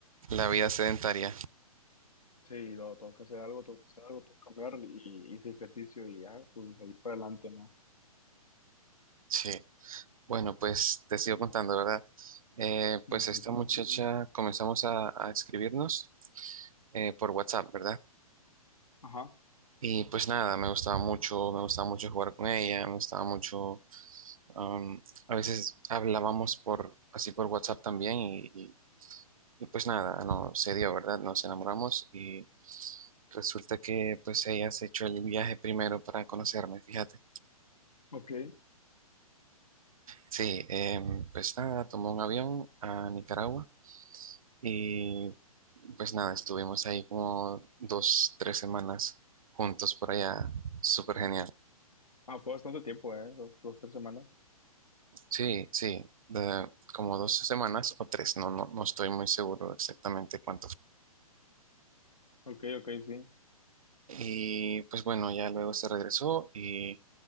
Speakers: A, on the right; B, on the left.
A: la vida sedentaria.
B: Sí, no, tengo que hacer algo, tengo que hacer algo, tengo que cambiar y hice ejercicio y ya, pues ahí para adelante, ¿no?
A: Sí. Bueno, pues te sigo contando, ¿verdad? Eh, pues
B: A ver, cuéntame.
A: esta muchacha comenzamos a, a escribirnos eh, por WhatsApp, ¿verdad?
B: Ajá,
A: Y pues nada, me gustaba mucho, me gustaba mucho jugar con ella, me gustaba mucho, um, a veces hablábamos por, así por WhatsApp también y, Y pues nada, no se dio, ¿verdad? Nos enamoramos y resulta que pues ella se echó el viaje primero para conocerme, fíjate.
B: ok.
A: Sí, em, pues nada, tomó un avión a Nicaragua y pues nada, estuvimos ahí como dos, tres semanas juntos por allá, súper genial.
B: Ah, fue bastante tiempo, ¿eh? Dos, dos, tres semanas.
A: Sí, sí, de- como dos semanas o tres, no, no, no estoy muy seguro exactamente cuánto
B: Ok, ok, sí.
A: Y pues bueno, ya luego se regresó y